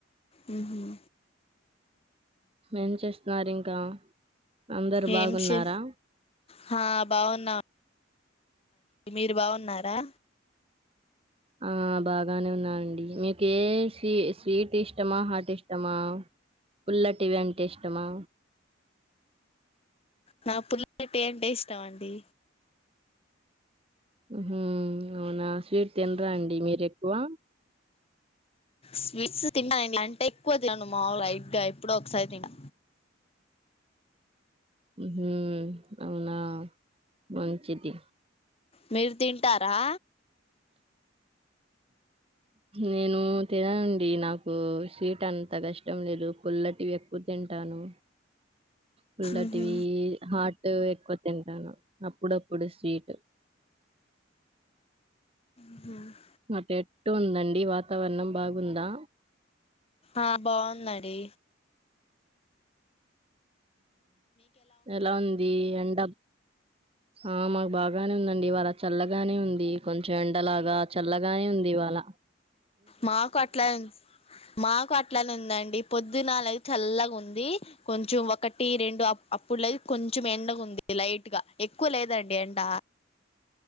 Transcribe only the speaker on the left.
మ్మ్.
ఏం
చె హా బావ నా మీరు బాగున్నారా
నా పుల్లకట్టటి అంటే ఇష్టం అండి
స్వీట్స్ తిన్నాను ఇంట్లా అంటే ఎక్కువ తినను మాలు ఇడ్గా ఎప్పుడ ఒకసారి తన్నా
మీరు తింటారా
ఉహు.
ఆ
ఆ బాగున్నాడి
మాకు అట్లా మాకు అట్లనే ఉందండి పొద్దునాలై చల్లగా ఉంది కొంచెం ఒకటి రెండు అప్పుడు లే కొంచెం ఎండగా ఉంది లైట్ గా ఎక్కువ లేదండి ఎండ